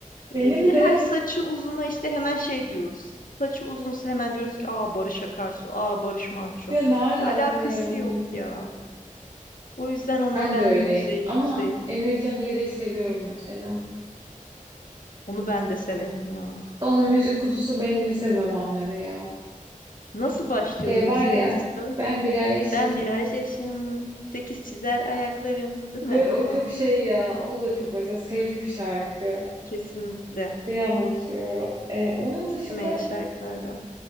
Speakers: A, on the right (about 35°); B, on the left (about 80°).
A: Benim
B: Ee, bir de
A: de.
B: her saçı uzuna işte hemen şey diyoruz. Saçı uzunsa hemen diyoruz ki aa Barış Akarsu, aa Barış Manço.
A: Ya ne alaka
B: Ya alakası
A: yani?
B: yok ya. O yüzden ona
A: Ben
B: ben
A: de öyleyim.
B: de yüzde elli
A: Ama
B: yüzde %50'yim.
A: Emircan İğrek'i seviyorum mesela.
B: Onu ben de severim ya.
A: Onun müzik kutusu benim lise zamanları ya.
B: Nasıl başlıyordu
A: Şey
B: müzik
A: var ya
B: kutusu?
A: ben bir ay yaşım.
B: Ben birer yaşım sekiz çizer ayaklarım, değil mi?
A: Böyle o çok
B: O
A: şey ya. O da çok mesela safe bir şarkı.
B: kesinlikle
A: Şeyi anımsıyorum. Ee, onun
B: eskimeyen
A: dışında
B: şarkılardan.